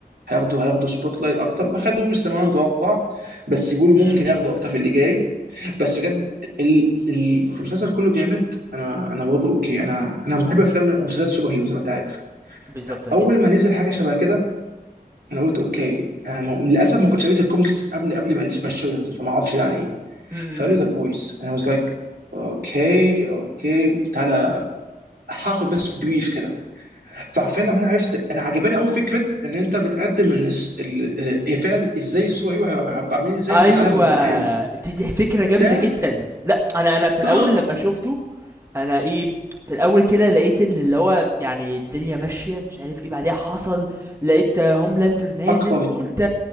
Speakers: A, on the right; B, on the right.
A: هياخدوا هياخدوا سبوت لايت اكتر ما خدوش زي ما انا متوقع بس يقولوا
B: امم
A: ممكن ياخدوا اكتر في اللي جاي بس بجد ال- ال- المسلسل كله جامد انا انا برضه اوكي انا انا بحب افلام ومسلسلات السوبر هيرو زي ما انت عارف
B: بالظبط اكيد
A: اول ما نزل حاجه شبه كده انا قلت اوكي أنا م- للاسف ما كنتش قريت الكوميكس قبل قبل ما ما الشو ينزل فما اعرفش ده عن ايه
B: امم
A: فقالوا ذا بويز انا واز لايك اوكي اوكي تعالى هاخد بس بريف كده فعارفين لما انا عرفت انا عجباني قوي فكره ان انت بتقدم ان الس- ال- ال- فعلا ازاي السوبر هيرو هيبقى عب- عاملين ازاي
B: ايوه
A: في عالم الواقعي
B: دي دي فكرة جامدة
A: ده
B: جدا لا انا انا في
A: بالظبط
B: الاول لما شفته انا ايه في الاول كده لقيت ان اللي هو يعني الدنيا ماشيه مش عارف ايه بعديها حصل لقيت هوملاندر نازل
A: اكبر
B: فقلت